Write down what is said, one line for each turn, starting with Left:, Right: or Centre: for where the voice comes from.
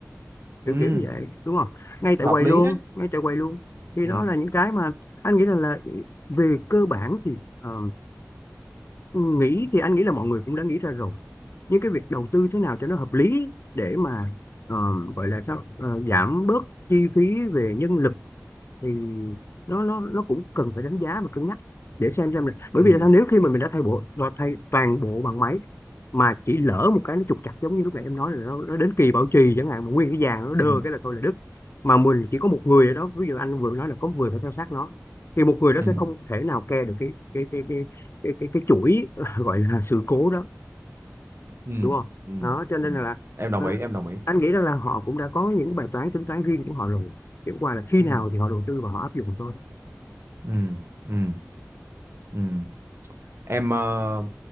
Left: kiểu
Right: ừ
Left: kiểu như vậy đúng không ngay tại
Right: hợp
Left: quầy
Right: lý
Left: luôn
Right: đấy
Left: ngay tại quầy luôn thì
Right: ừ
Left: đó là những cái mà anh nghĩ là, là về cơ bản thì ờ, nghĩ thì anh nghĩ là mọi người cũng đã nghĩ ra rồi nhưng cái việc đầu tư thế nào cho nó hợp lý để mà ờ, gọi là sao Ờ, giảm bớt chi phí về nhân lực thì nó nó nó cũng cần phải đánh giá và cân nhắc để xem xem là bởi
Right: ừ
Left: vì là sao nếu khi mà mình đã thay bộ đã thay toàn bộ bằng máy mà chỉ lỡ một cái nó trục trặc giống như lúc nãy em nói là nó, nó đến kỳ bảo trì chẳng hạn mà nguyên cái vàng nó đơ
Right: ừ
Left: cái là thôi là đứt mà mình chỉ có một người ở đó ví dụ anh vừa nói là có một người phải theo sát nó thì một người đó
Right: ừ
Left: sẽ không thể nào care được cái cái cái cái cái cái, cái chuỗi <laughs> gọi là sự cố đó
Right: ừ
Left: đúng không
Right: ừ
Left: đó cho nên
Right: ừ
Left: là
Right: em đồng
Left: ờ,
Right: ý em đồng ý
Left: anh nghĩ rằng là họ cũng đã có những bài toán tính toán riêng của họ rồi chẳng qua là khi
Right: ừ
Left: nào thì họ đầu tư và họ áp dụng thôi
Right: ừ ừ ừ em ờ,